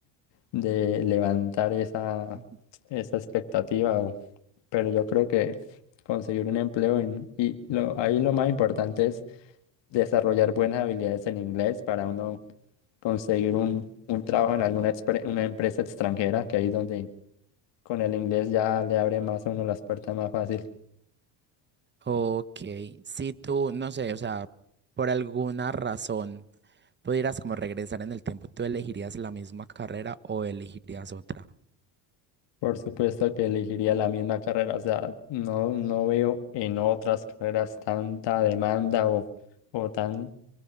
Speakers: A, on the left (about 65°); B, on the right (about 25°).
A: de levantar esa,
B: Ujú.
A: esa expectativa o pero yo creo que conseguir un empleo en- y lo, ahí lo más importante es desarrollar buenas habilidades en inglés para uno conseguir un, un trabajo en alguna expre- una empresa extranjera, que ahí es donde con el inglés ya le abre más a uno las puertas más fácil.
B: Ok, si tú, no sé, o sea, por alguna razón pudieras como regresar en el tiempo, ¿tú elegirías la misma carrera o elegirías otra?
A: Por supuesto que elegiría la misma carrera, o sea, no, no veo en otras carreras tanta demanda o, o tan